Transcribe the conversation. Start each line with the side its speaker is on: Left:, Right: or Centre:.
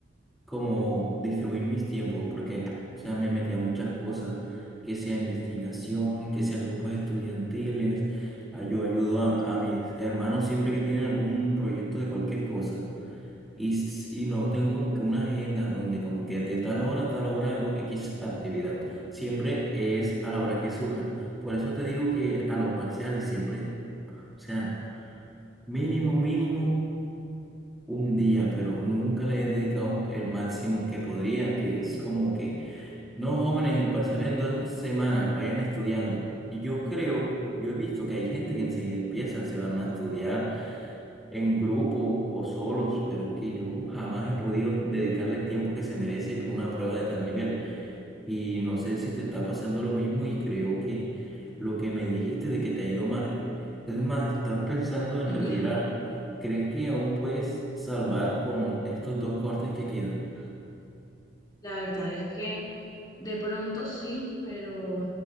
Centre: cómo distribuir mis tiempos, porque, o sea, me metí a muchas cosas, que sea investigación, que sea grupos estudiantiles, ah, yo ayudo a, a mis hermanos siempre que tienen algún proyecto de cualquier cosa. Y, s- y no tengo como que una agenda donde como que de tal hora a tal hora hago X actividad. Siempre es a la hora que surja. Por eso te digo que a los parciales siempre, o sea, mínimo, mínimo un día, pero nunca le he dedicado el máximo que podría, que es como que, no jóvenes, el parcial en dos semanas, vayan estudiando. Y yo creo, yo he visto que hay gente que enseguida empieza, se van a estudiar en grupo o solos, pero es que yo jamás he podido dedicarle el tiempo que se merece una prueba de tal nivel. Y no sé si te está pasando lo mismo y creo que lo que me dijiste de que te ha ido mal, es más, estás pensando en
Left: Ujú.
Centre: retirar. ¿Crees que aún puedes salvar con estos dos cortes que quedan?
Left: La verdad es que De pronto sí, pero